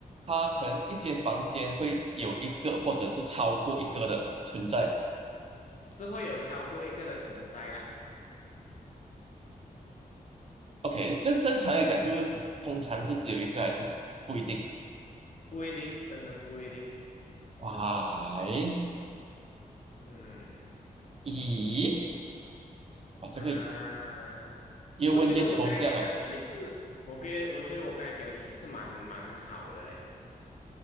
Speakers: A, on the right; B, on the left.
A: 他可能一间房间会有一个或者是超过一个的存在。
B: 是会有超过一个的存在啦。
A: OK，这正常来讲是不是只通常是只有一个还是不一定？
B: 不一定，真的不一定。
A: 哇，诶
B: 嗯
A: 咦，哇，
B: 啊，
A: 这个越问越抽象了。
B: 我觉得我刚才给的提示，我给我觉得我刚才给的提示蛮蛮好的嘞。